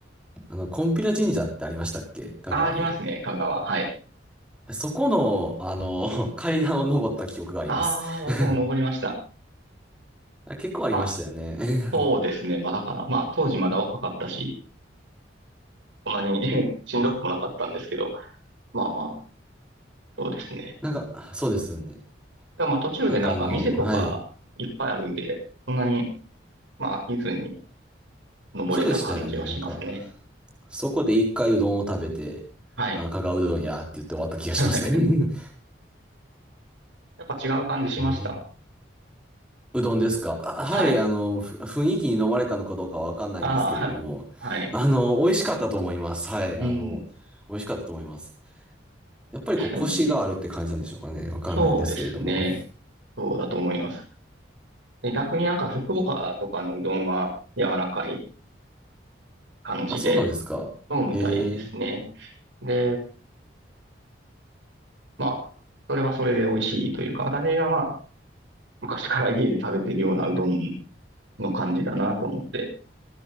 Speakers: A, in the centre; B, on the right.
A: あの、金毘ラ神社ってありましたっけ香川に。
B: ああ、ありますね、香川。はい。
A: そこの、あの、<laughs> 階段を登った記憶があります。
B: ああ、僕も登りました。
A: <laughs> あ結構ありましたよね。
B: まあ、そうですね、まだかな。まあ、当時まだ若かったし、そんなに <laughs> しんどくもなかったんですけど、まあまあ、そうですね。
A: <laughs> なんか、そうですよね。
B: でもまあ、途中でなんか店とかいっぱいあるんで、
A: なんかあの、はい。
B: そんなに、まあ、飽きずに登れた感じはしますね。
A: そうでしたよね。なんか、そこで一回うどんを食べて、
B: はい。
A: あ、香川うどんやって言って終わった気がしますね。
B: <laughs>
A: <laughs> うん
B: やっぱ違う感じしました。
A: ねうどんですかあはい、
B: はい。
A: あの、ふ雰囲気に飲まれたのかどうかはわかんないんですけれども、
B: ああ、はい。
A: あの、美味しかったと思います。はい、
B: うん、
A: あの、美味しかったと思います。やっぱりこう、
B: ですよね。
A: コシがあるって感じなんでしょうかね。わかんないんですけれども。
B: そうですね。そうだと思います。で逆になんか福岡とかのうどんは柔らかい感じで
A: あ、そうなんですか。
B: 飲むみたいですね。
A: へえ。
B: で、まあ、それはそれで美味しいというか、私がまあ、昔から家で食べてるようなうどんの感じだなと思って、